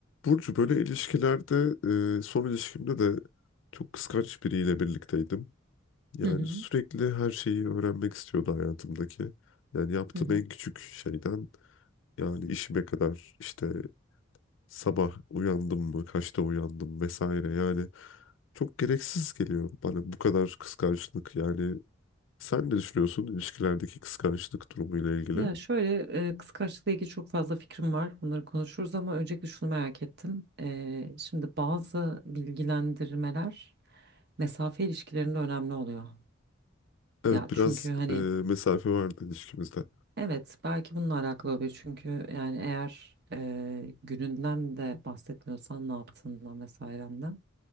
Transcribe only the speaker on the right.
Hı hı,
hı hı.
Ya şöyle e, kıskançlıkla ilgili çok fazla fikrim var. Bunları konuşuruz ama öncelikle şunu merak ettim. E, şimdi bazı bilgilendirmeler mesafe ilişkilerinde önemli oluyor.
Ya
çünkü hani
evet belki bununla alakalı olabilir. Çünkü yani eğer e, gününden de bahsetmiyorsan ne yaptığından vesairenden